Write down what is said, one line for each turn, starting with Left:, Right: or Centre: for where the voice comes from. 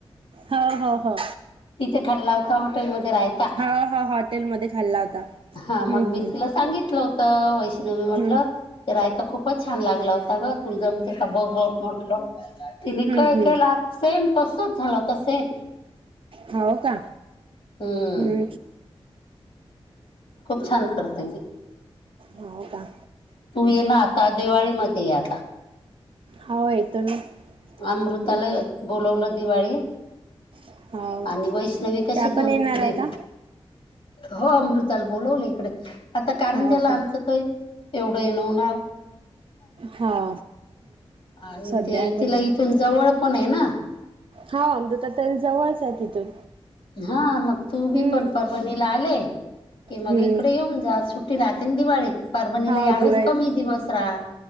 Right: हो हो हो
Left: तिथे खाल्ला होता हॉटेल मध्ये राहता.
Right: हो हो हॉटेलमध्ये खाल्ला होता
Left: हा
Right: हम्म
Left: मग मी
Right: हम्म
Left: तुला सांगितलं होतं वैष्णवी म्हटलं
Right: हम्म
Left: ते रायता खूपच छान लागला होता ग तुझं ते भोट मोठलं. तिने
Right: हम्म
Left: काय
Right: हम्म
Left: केला सेम तसच झालं तर सेम.
Right: हो का
Left: हम्म
Right: हम्
Left: खूप छान करते ती.
Right: हो का
Left: तू ये ना आता दिवाळीमध्येध्ये ये आता.
Right: हो येतो ना.
Left: अमृताला
Right: येत
Left: बोलवलं दिवाळीत
Right: हो का
Left: आणि वैष्णवी कशी
Right: त्या
Left: दोन
Right: पण येणार
Left: देव
Right: आहे का
Left: हो अमृताल बोलवलं इकडे आता कारण
Right: हो
Left: ज्याला
Right: का
Left: आमचं तरय एवढं ये नवणार
Right: हा
Left: आणि
Right: सध्या
Left: ते
Right: आता
Left: तिला
Right: नाही
Left: इथून जवळ पण आहे ना.
Right: हा अमृता ताई जवळच आहे तिथून.
Left: हा मग तुम्ही
Right: हम्म
Left: पण परवाणीला आले की मग
Right: हम्म
Left: इकडे येऊन जा सुट ते राहते आणि दिवाळीत परभणीला
Right: हो
Left: यावेेळेस
Right: दिवाळी
Left: कमी दिवस राहा.